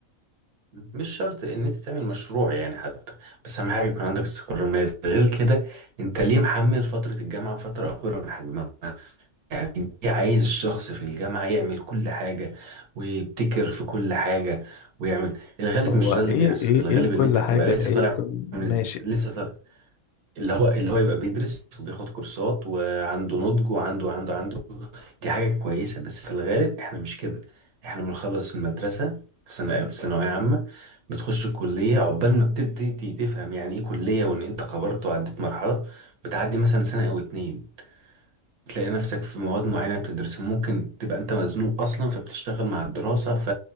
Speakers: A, on the right; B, on the left.
A: مش شرط ان انت تعمل مشروع يعني حتى بس اهم حاجه يكون عندك استقرار مالي غير كده انت ليه محمل فتره الجامعه فتره اكبر من حجمها يعني انت عايز الشخص في الجامعه يعمل كل حاجه ويبتكر في كل حاجه ويعمل الغالب
B: هو
A: مش
B: ايه
A: ده اللي بيحصل
B: ايه
A: الغالب
B: ايه لكل
A: ان انت
B: حاجه
A: بتبقى لسه
B: ايه
A: طالع
B: لكل
A: من
B: ماشي
A: لسه طالع اللي هو اللي هو يبقى بيدرس وبياخد كورسات وعنده نضج وعنده عنده عنده دي حاجة كويسة بس في الغالب احنا مش كده احنا بنخلص المدرسة في سنة في ثانوية عامة بتخش الكلية عقبال ما بتبتدي ت- تفهم يعني ايه كلية وان انت كبرت وعديت مرحلة بتعدي مثلا سنة او اتنين تلاقي نفسك في مواد معينة بتدرسها ممكن تبقى انت مزنوق اصلا فبتشتغل مع الدراسة ف